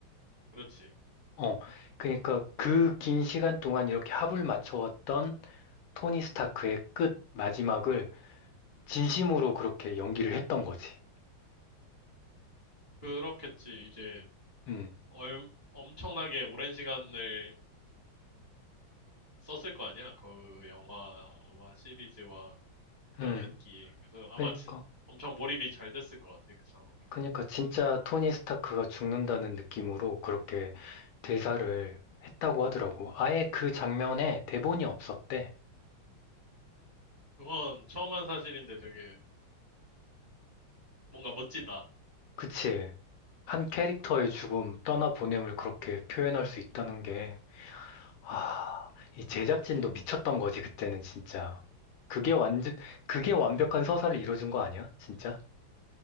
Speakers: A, on the right (about 30°); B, on the left (about 80°).
A: 그렇지.
B: 어, 그러니까 그 긴 시간 동안 이렇게 합을 맞춰왔던 토니 스타크의 끝 마지막을 진심으로 그렇게 연기를 했던 거지.
A: 그렇겠지. 이제
B: 음,
A: 얼, 엄청나게 오랜 시간을 썼을 거 아니야? 그 영화와 시리즈와 그런
B: 음,
A: 연기에. 그래서 아마
B: 그러니까,
A: 진, 엄청 몰입이 잘 됐을 것 같아, 그 상황이.
B: 그러니까 진짜 토니 스타크가 죽는다는 느낌으로 그렇게 대사를 했다고 하더라고. 아예 그 장면에 대본이 없었대.
A: 그건 처음 한 사실인데 되게 뭔가 멋지다.
B: 그치? 한 캐릭터의 죽음, 떠나보냄을 그렇게 표현할 수 있다는 게, 아, 이 제작진도 미쳤던 거지, 그때는 진짜. 그게 완전, 그게 완벽한 서사를 이뤄준 거 아니야? 진짜?